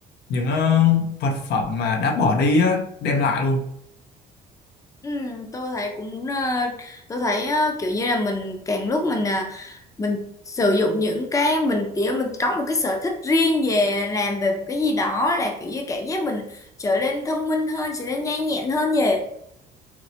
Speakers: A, on the left; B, on the left.
A: những ờ, vật phẩm mà đã bỏ đi á, đem lại luôn.
B: Ừ, tôi thấy cũng ờ, tôi thấy ờ, kiểu như là mình càng lúc mình ờ, mình sử dụng những cái mình kiểu mình có một cái sở thích riêng về làm về một cái gì đó là kiểu như cảm giác mình trở nên thông minh hơn trở nên nhanh nhẹn hơn nhỉ